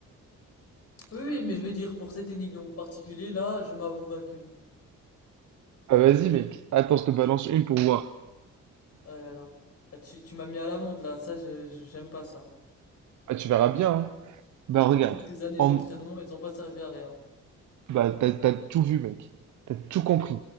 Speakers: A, on the left; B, on the right.
A: Oui, oui, mais je veux dire, pour cette énigme en particulier, là, je m'avoue vaincu.
B: Ah, vas-y, mec. Attends, je te balance une pour voir.
A: Ah là là. Ah, tu, tu m'as mis à l'amende, là. Ça, je, je- j'aime pas ça.
B: Ah, tu verras bien, hein. Bah regarde.
A: Toutes tes années
B: En...
A: d'entraînement, elles ont pas servi à rien.
B: Bah t'as, t'as tout vu, mec. T'as tout compris.